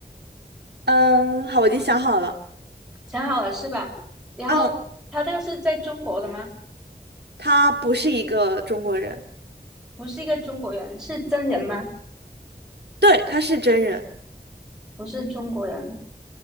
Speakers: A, on the right (about 80°); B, in the centre.
A: 嗯，好，我已经想好了。
B: 想好了是吧？然后他这个是在中国的吗？
A: 嗯，他不是一个中国人，
B: 不是一个中国人，是真人吗？
A: 对，他是真人，
B: 不是中国人，